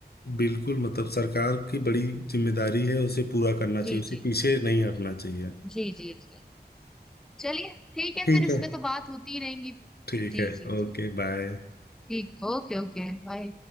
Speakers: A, on the left; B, in the centre.
A: बिल्कुल मतलब सरकार की बड़ी जिम्मेदारी है उसे पूरा करना चाहिए
B: जी
A: उसे
B: जी
A: पीछे नहीं हटना चाहिए
B: जी जी जी चलिए ठीक है
A: ठीक
B: फिर इस
A: है
B: पे तो बात होती ही रहेंगी
A: ठीक
B: जी
A: है
B: जी जी
A: Okay bye
B: ठीक ओके Okay bye